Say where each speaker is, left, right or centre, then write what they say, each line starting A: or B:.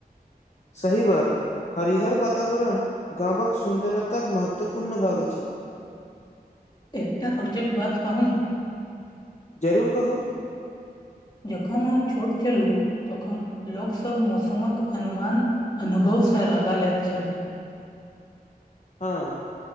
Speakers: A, on the left; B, on the left.
A: सही बात हरिहर वातावरण गामक सुन्दरताक महत्वपूर्ण भाग अछि
B: एकटा रोचक बात कहूँ
A: जरूर कहू
B: जखन हम छोट छलहु तखन लोकसभ मौसमक अनुमान अनुभव से लगा ले छल
A: हँ